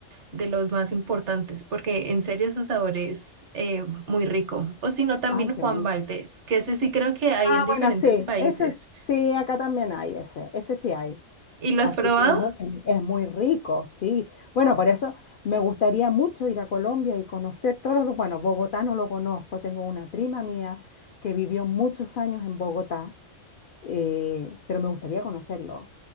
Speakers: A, on the right; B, on the left.
A: de los más importantes, porque en serio su sabor es eh, muy rico. O si no, también
B: Ay, qué
A: Juan
B: bonito.
A: Valdez, que ese sí creo que hay
B: Ah,
A: en diferentes
B: bueno, sí,
A: países.
B: ese, sí, acá también hay ese, ese sí hay.
A: ¿Y lo
B: Así
A: has probado?
B: que no, es muy rico, sí. Bueno, por eso me gustaría mucho ir a Colombia y conocer todos los... lu- Bueno, Bogotá no lo conozco, tengo una prima mía que vivió muchos años en Bogotá, eh, pero me gustaría conocerlo.